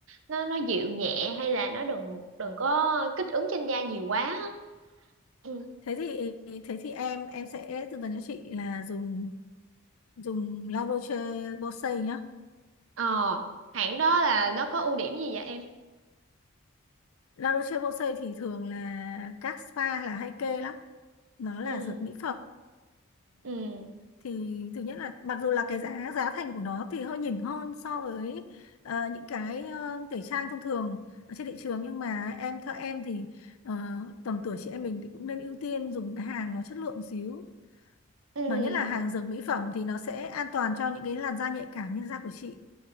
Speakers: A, on the right (about 65°); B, on the left (about 80°).
A: nó nó dịu nhẹ hay là nó đừng đừng có kích ứng trên da nhiều quá á. ừ.
B: thế thì thế thì em em sẽ tư vấn cho chị là dùng dùng lau Roche Posay nhá
A: ờ hãng đó là nó có ưu điểm gì vậy em
B: La Roche-Posay thì thường là các spa là hay kê lắm. Nó là
A: ừ
B: dược mỹ phẩm
A: ừ
B: thì thứ nhất là mặc dù là cái giá giá thành của nó thì hơi nhỉnh hơn so với ờ, những cái ờ, tẩy trang thông thường ở trên thị trường nhưng mà em theo em thì ờ, tầm tuổi chị em mình thì cũng nên ưu tiên dùng cái hàng nó chất lượng một xíu.
A: ừ
B: Mà nhất là hàng dược mỹ phẩm thì nó sẽ an toàn cho những cái làn da nhạy cảm như da của chị.